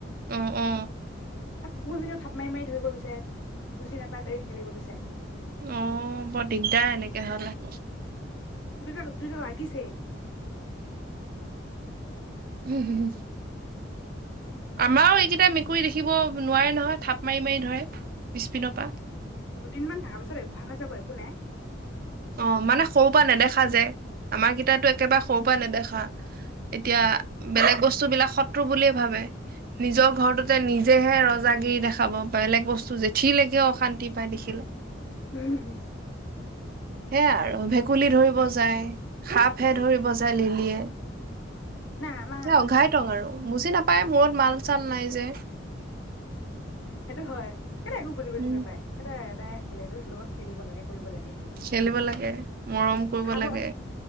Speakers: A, on the right; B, on the left.
A: অ অ
B: কুকুৰজনীও থাপ মাৰি মাৰি ধৰিব বিচাৰে বুজি নাপায় তাই খেলিব বিচাৰে
A: অহ বৰ দিগদাৰ এনেকে হলে
B: দুটা দুইটা লাগিছে
A: উম হুম আমাৰো এইকেইটাই মেকুৰী দেখিব নোৱাৰে নহয় থাপ মাৰি মাৰি ধৰে পিছপিনৰ পৰা
B: দুদিনমান থকা পিছত ভাষা যাব একো নাই
A: অ মানে সৰুৰ পৰা নেদেখা যে আমাৰ কেইটো একেবাৰে সৰুৰ পৰা নেদেখা এতিয়া বেলেগ বস্তু বিলাক শত্ৰু বুলিয়ে ভাবে নিজৰ ঘৰটোতে নিজেহে ৰজাগিৰি দেখাব বেলেগ বস্তু জেঠিললৈকেও অশান্তি পায় দেখিলে
B: হুম
A: সেয়া আৰু ভেকুলী ধৰিব যায়। সাপহে ধৰিব যায় লিলিয়ে,
B: নাই আমাৰ
A: ন অঘাই টং আৰু।। বুজি নাপায় মূৰত মাল চাল নাই যে।।
B: সেইটো হয় <unintelligible> একো বুজি বুজি
A: উম
B: নাপায় সে এ' এটাই আছিলে এইটো লগত খেলিব লাগে কৰিব লাগে সেইটোৱে
A: খেলিব লাগে মৰম কৰিব
B: খাব
A: লাগে